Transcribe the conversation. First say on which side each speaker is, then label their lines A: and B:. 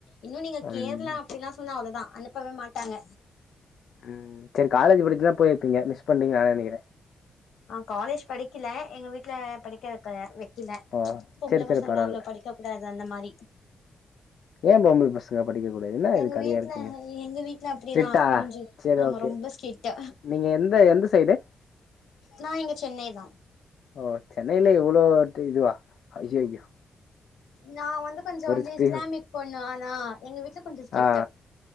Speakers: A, on the left; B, on the left.
A: இன்னு நீங்க
B: ம்
A: கேரளா அப்டிலா சொன்னா அவ்ளோதா அனுப்பவே மாட்டாங்க
B: ம் சேரி காலேஜ் படிச்சிருந்தா போயிருப்பீங்க மிஸ் பண்ணிட்டீங்கனு நா நெனைக்கிறே
A: நா காலேஜ் படிக்கல எங்க வீட்டுல படிக்க வைக்கல இல்ல
B: ஆ
A: பொம்பள
B: சரி சரி
A: பசங்க
B: பரவால்ல
A: அவ்ளோ படிக்க கூடாது அந்த மாரி
B: ஏன் பொம்பள பச ங்க படிக்க கூடாது என்னா இது
A: எங்க
B: கதையா
A: வீட்ல
B: இருக்கு
A: எங்க வீட்ல அப்டிதா
B: ஸ்ட்ரிட்டா
A: கொஞ்சோ
B: சேரி
A: ஆமா
B: ஓகே
A: ரொம்ப ஸ்ட்ரிக்ட்
B: நீங்க எந்த எந்த சைடு
A: நா இங்க சென்னை தா
B: ஓ சென்னைல இவ்ளோ டிதுவா ஐய்யய்யோ
A: நா வந்து கொஞ்ச வந்து
B: ஸ்பீடு
A: இஸ்லாமிக் பொண்ணு ஆனா எங்க வீட்ல கொஞ்சோ ஸ்ட்ரிக்ட்
B: ஆ